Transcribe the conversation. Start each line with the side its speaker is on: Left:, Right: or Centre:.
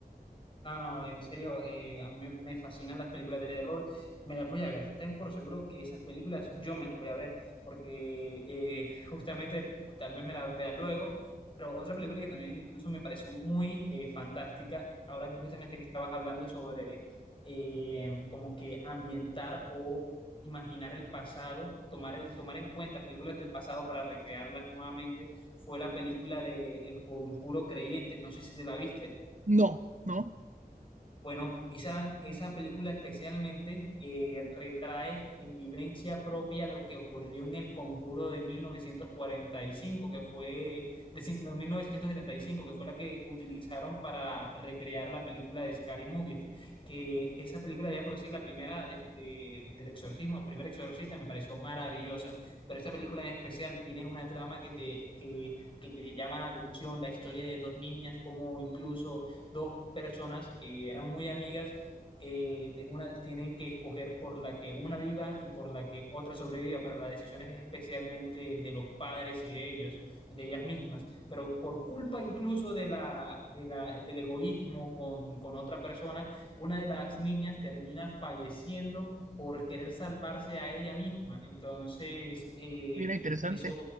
Left: No, no, en serio, eh, a mí me, me fascinan las películas de terror, me las voy a ver, ten por seguro que esas películas yo me las voy a ver, porque eh, justamente tal vez me las vea luego, pero otra película que también incluso me pareció muy eh, fantástica, ahora que justamente que estabas hablando sobre eh, como que ambientar o imaginar el pasado, tomar, tomar en cuenta películas del pasado para recrearlas nuevamente, fue la película de El Conjuro Creyentes, no sé si te la viste.
Right: No, no,
Left: Bueno, esa, esa película especialmente eh, retrae en vivencia propia lo que ocurrió en el Conjuro de 1945, que fue, de, cin- no, 1975, que fue la que utilizaron para recrear la película de Scary Movie, que esa película ya por sí, la primera de- de- del exorcismo, el primer exorcista me pareció maravillosa, pero esta película en especial tiene una trama que te, que, que te llama la atención, la historia de dos niñas, como incluso dos personas que eran muy amigas eh, te- una- tienen que escoger por la que una viva y por la que otra sobreviva, pero la decisión es especialmente de los padres y de ellos y de ellas mismas. Pero por culpa incluso de la, de la- del egoísmo con, con otra persona, una de las niñas termina falleciendo por querer salvarse a ella misma. Entonces, eh,
Right: mira, interesante.
Left: eso,